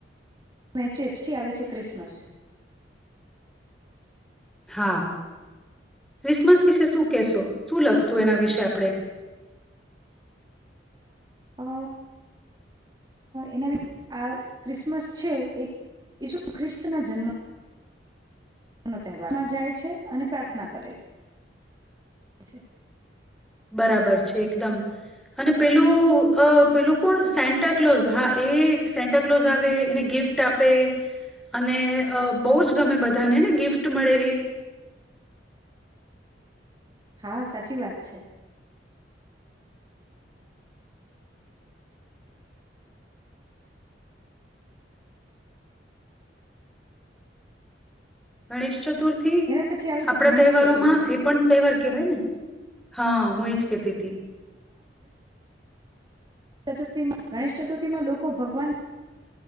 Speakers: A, on the right; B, in the centre.
A: મેંચેચથી આવે છે ક્રિસમસ
B: હા ક્રિસમસ વિશે શું કહેશો શું લખશું એના વિશે આપણેે
A: અ એના આ ક્રિસમસ છે એક ઈસુ ખ્રિસ્ત ના જન્મ તહેવારમાં જાય છે અને પ્રાર્થના કરે <inaudible>
B: બરાબર છે એકદમ અને પેલું અ પેલું કોણ સેન્ટા કલોઝ હા એ સેન્ટા કલોઝ આવે એને ગિફ્ટ આપે અને બહુ જ ગમે બધાને ને ગિફ્ટ મળે એ
A: હા સાચી વાત છે
B: <inaudible> ચતુર્ થી
A: એના પછી આવે છે
B: આપડા
A: ગણેશ
B: તહેવારો
A: ચતુર્થી
B: માં એ પણ તહેવાર કેહેવાય ને હા હું
A: હમ
B: એજ કેતી હતી
A: ચતુર્થી ગણેશ ચતુર્થીમાં લોકો ભગવાન